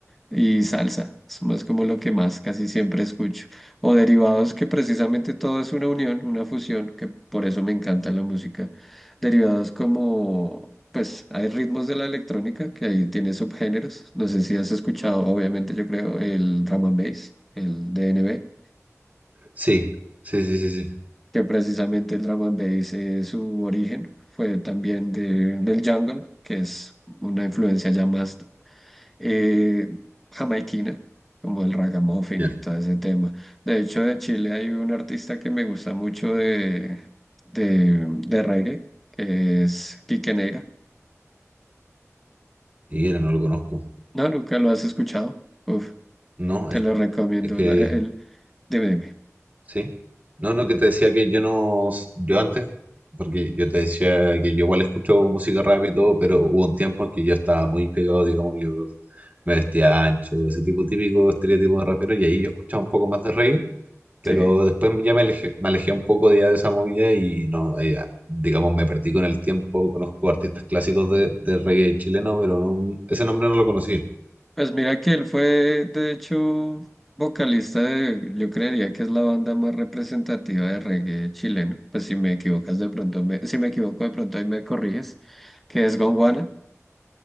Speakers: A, in the centre; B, on the right (about 30°).
A: y salsa. Es más como lo que más casi siempre escucho. O derivados, que precisamente todo es una unión, una fusión, que por eso me encanta la música. Derivados como, pues, hay ritmos de la electrónica, que ahí tiene subgéneros. No sé si has escuchado, obviamente, yo creo, el drum and bass, el DNB
B: Sí, sí, sí, sí, sí.
A: que precisamente el drum and bass, eh, su origen fue también de- del jungle, que es una influencia ya más eh, jamaiquina, como el ragamuffin
B: Ya.
A: y todo ese tema. De hecho, de Chile hay un artista que me gusta mucho de, de, de reggae, que es Quique Neira.
B: Mira, no lo conozco.
A: No, nunca lo has escuchado. Uf,
B: No,
A: te
B: es,
A: lo recomiendo.
B: es que
A: la- el, dime, dime.
B: Sí. No, no, que te decía que yo no, s- yo antes, porque yo te decía que yo igual escucho música rap y todo, pero hubo un tiempo en que yo estaba muy pegado, digamos, yo me vestía ancho, ese tipo típico estereotipo de rapero, y ahí yo escuchaba un poco más de reggae, pero
A: Sí.
B: después ya me alejé, me alejé un poco ya de esa movida y no, eh, digamos, me perdí con el tiempo, conozco artistas clásicos de, de reggae chileno, pero no- ese nombre no lo conocí.
A: Pues mira que él fue, de hecho, vocalista de, yo creería que es la banda más representativa de reggae chileno. Pues si me equivocas de pronto, me- si me equivoco de pronto ahí me corriges, que es Gonguana.